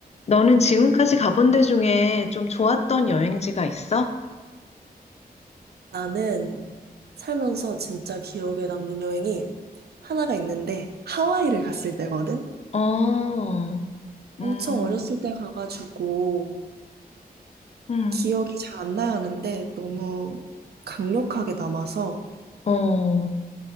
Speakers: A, on the left (about 40°); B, on the right (about 80°).
A: 너는 지금까지 가본 데 중에 좀 좋았던 여행지가 있어?
B: 나는 살면서 진짜 기억에 남는 여행이 하나가 있는데 하와이를 갔을 때거든.
A: 어,
B: 엄청
A: 음,
B: 어렸을 때 가가지고
A: 음,
B: 기억이 잘 안 나야 하는데 너무 강력하게 남아서
A: 어,